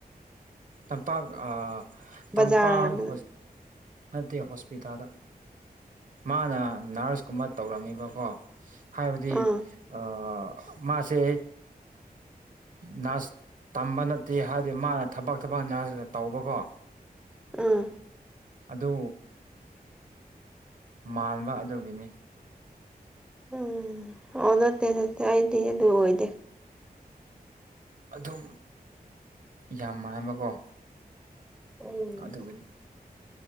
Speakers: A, on the right; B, in the centre.
A: ꯇꯝꯄꯥꯛ ꯑ ꯇꯝꯄꯥꯛ
B: ꯕꯖꯥꯔ ꯑꯃ
A: ꯍꯣꯁ ꯅꯠꯇꯦ ꯍꯣꯁꯄꯤꯇꯥꯜꯗ ꯃꯥꯅ ꯅꯔꯁꯀꯨꯝꯕ ꯇꯧꯔꯝꯃꯤꯕꯀꯣ ꯍꯥꯏꯕꯗꯤ
B: ꯑꯥ
A: ꯑꯥ ꯃꯥꯁꯦ ꯅꯔꯁ ꯇꯝꯕ ꯅꯠꯇꯦ ꯍꯥꯏꯗꯤ ꯃꯥꯅ ꯊꯕꯛ ꯊꯕꯛ ꯅꯔꯁ ꯇꯧꯕꯀꯣ
B: ꯑꯥ
A: ꯑꯗꯨ ꯃꯥꯟꯕ ꯑꯗꯨꯒꯤꯅꯤ
B: ꯎꯝ ꯑꯣ ꯅꯠꯇꯦ ꯅꯠꯇꯦ ꯑꯩꯗꯤ ꯑꯗꯨ ꯑꯣꯏꯗꯦ
A: ꯑꯗꯨꯝ ꯌꯥꯝ ꯃꯥꯟꯕꯀꯣ
B: <inaudible>
A: ꯑꯗꯨꯒꯤꯅꯤ